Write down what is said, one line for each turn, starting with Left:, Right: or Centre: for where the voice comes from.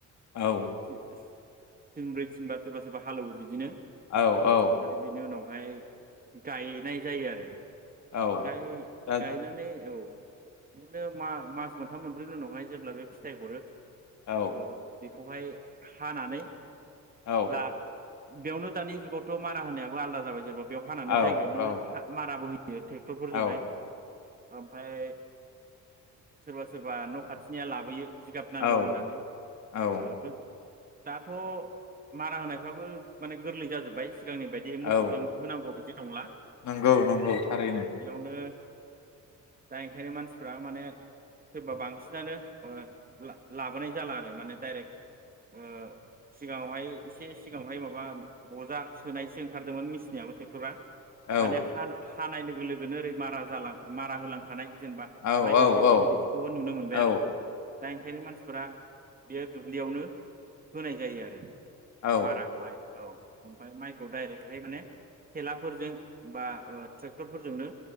Left: औ
Right: थिनब्रै थिनबा सोरबा सोरबा हालोवो बिदिनो।
Left: औ औ
Right: ओमफ्राय बिनि उनाव माय गायनाय जायो आरो
Left: औ
Right: गाय
Left: दा
Right: गायनानै औ बिदिनो मा मास मोनथाम मोनब्रैनि उनावहाय जेब्ला बे फिथाय हरो
Left: औ
Right: ओ बे खौहाय हानानै
Left: औ
Right: ला बेयावनो दानि जुगावथ' मारा होनायाबो आलदा जाबाय जेनबा बेयाव हानानै
Left: औ
Right: जायगायावनो
Left: औ
Right: हा माराबो हो यो ट्रेक्टरफोरजोंहाय
Left: औ
Right: ओमफ्राय सोरबा सोरबा न' खाथिनिया लाबोयो। जिगाब
Left: औ
Right: नांगौ होननानै
Left: औ
Right: ओ दाथ' मारा होनायफ्राबो माने गोरलै जाजोबबाय सिगांनि बायदि
Left: औ
Right: मोसौजों होनांगौ बिदि नंला
Left: नंगौ नंगौ
Right: आ
Left: थारैनो
Right: ओ बेयावनो दा ओंखायनो मानसिफ्रा माने सोरबा बांसिनानो ओ ला लाबोनाय जाला आरो माने डाइरेक्ट ओ सिगाङावहाय एसे सिगाङावहाय माबा बजा सोनायसो ओंखारदोंमोन मिचनियाबो ट्रेक्टरा
Left: औ
Right: दानि हान खानाय लोगो लोगोनो ओरै मारा जालां मारा होलांखानाय जेनेबा
Left: औ
Right: माइक्र'
Left: औ
Right: खेबसेनि
Left: औ
Right: बिदिखौ नुनो मोनबाय
Left: औ
Right: आरो दा ओंखायनो मानसिफोरा बेयो दुब्लियावनो होनाय जायो आरो
Left: औ
Right: माराखौहाय औ ओमफ्राय माइखौ डाइरेक्ट बेहाय माने थेलाफोरजों बा ओ ट्रेक्टरफोरजोंनो